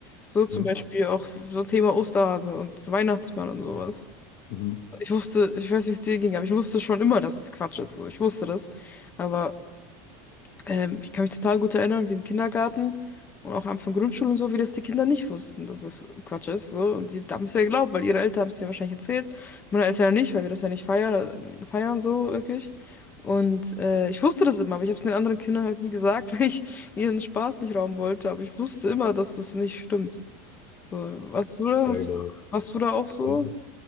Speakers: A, on the left; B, on the left.
A: So
B: mhm,
A: zum Beispiel auch so Thema Osterhase und so Weihnachtsmann und sowas.
B: mhm.
A: Ich wusste, ich weiß, wie es dir ging, aber ich wusste schon immer, dass es Quatsch ist. So, ich wusste das. Aber Ähm, ich kann mich total gut erinnern, wie im Kindergarten und auch am Anfang Grundschule und so, wie das die Kinder nicht wussten, dass es Quatsch ist. So. Und die haben es ja geglaubt, weil ihre Eltern haben es ja wahrscheinlich erzählt. Meine Eltern ja nicht, weil wir das ja nicht feiern, äh, feiern so wirklich. Und äh, ich wusste das immer, aber ich habe es den anderen Kindern halt nie gesagt, <laughs> weil ich ihren Spaß nicht rauben wollte. Aber ich wusste immer, dass das nicht stimmt. So, warst du da?
B: Ja,
A: Hast
B: genau.
A: du, warst du da auch so?
B: Also, das,